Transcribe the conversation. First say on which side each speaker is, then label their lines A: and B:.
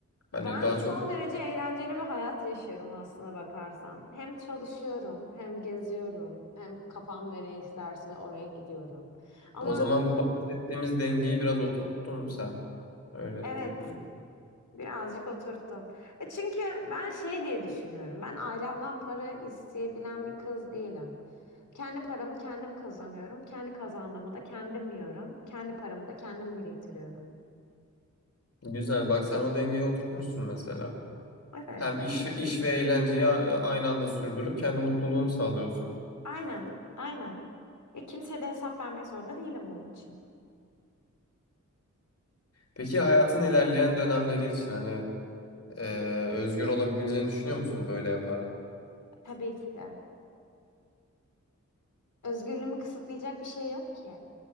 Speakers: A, on the left (about 55°); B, on the left (about 80°).
A: Hani
B: Ben
A: daha
B: son
A: çok
B: derece eğlenceli bir hayat yaşıyorum aslına bakarsan. Hem çalışıyorum, hem geziyorum, hem kafam nereye isterse oraya gidiyorum. Ama
A: o zaman bu bahsettiğimiz dengeyi biraz oturttun sen. Öyle
B: evet,
A: diyeyim.
B: birazcık oturttum. E çünkü ben şey diye düşünüyorum. Ben ailemden para isteyebilen bir kız değilim. Kendi paramı kendim kazanıyorum. Kendi kazandığımı da kendim yiyorum. Kendi paramı da kendim biriktiriyorum.
A: Güzel. Bak sen o dengeyi oturtmuşsun mesela.
B: Evet,
A: Hem iş, iş ve eğlenceyi a- aynı anda sürdürüp kendi mutluluğunu sağlıyorsun.
B: aynen, aynen. E kimseye de hesap vermek zorunda değilim bunun için.
A: Peki hayatın ilerleyen dönemleri için hani e, özgür olabileceğini düşünüyor musun böyle yaparak?
B: Tabii ki de. Özgürlüğümü kısıtlayacak bir şey yok ki.